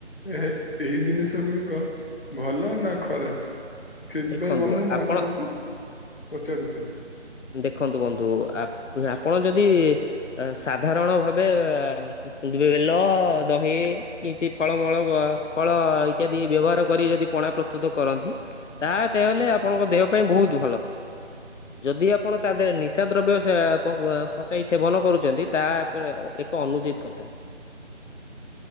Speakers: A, on the left; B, on the left.
A: ଏହ ଏହୀ ଜିନିଷ ଗୁଡିକ ଭଲ ନା ଖରାପ। ସେଥିପାଇଁ
B: ଦେଖନ୍ତୁ
A: ବନ୍ଧୁ ମୁଁ
B: ଆପଣ
A: ଆପଣଙ୍କୁ ପଚାରୁଥିଲି।
B: ଦେଖନ୍ତୁ ବନ୍ଧୁ ଆପଣ ଯଦି ସାଧାରଣ ଭାବେ ଦବ ବେଲ ଦହି କିଛି ଫଳମୂଳ ଫଳ ଇତ୍ୟାଦି ବ୍ୟବହାର କରି ଯଦି ପଣା ପ୍ରସ୍ତୁତ କରନ୍ତି ତା ଦେହେଲେ ଆପଣଙ୍କ ଦେହ ପାଇଁ ବହୁତ ଭଲ। ଯଦି ଆପଣ ତା ଦେହରେ ନିଶା ଦ୍ରବ୍ୟ ପ ପକାଇ ସେବନ କରୁଛନ୍ତି ତାହା ଏକ ଅନୁଚିତ କଥା।